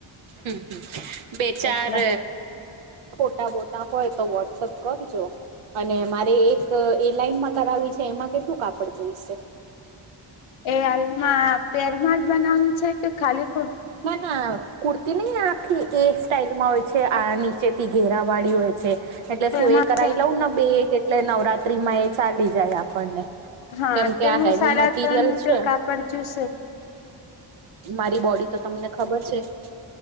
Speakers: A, on the right; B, on the left.
A: હમ હમ બે ચાર
B: એટલે
A: ફોટા બોટા હોય તો વોટ્સઅપ કરજો. અને મારે એક એરલાઈનમાં કરાવી છે એમાં કેટલું કાપડ જોઈશે?
B: એ હાલમાં પેરમાં જ બનવવાની છે કે ખાલી ખો
A: ના ના કુર્તી નહિ આખી એ સ્ટાઈલ માં હોય છે આ નીચે થી ઘેરા વાડી હોય. છે, એટલે
B: તો
A: શું
B: એમાં
A: એ કરાઈ લઉં ને બે એક એટલે નવરાત્રી માં એ ચાલી જાય આપણને.
B: હા
A: કેમ
B: તેમાં
A: કે આ હેવી
B: સાડા
A: મટીરિયલ
B: ત્રણ મીટર
A: છે
B: કાપડ જુશે.
A: મારી બોડી તો તમને ખબર છે જ.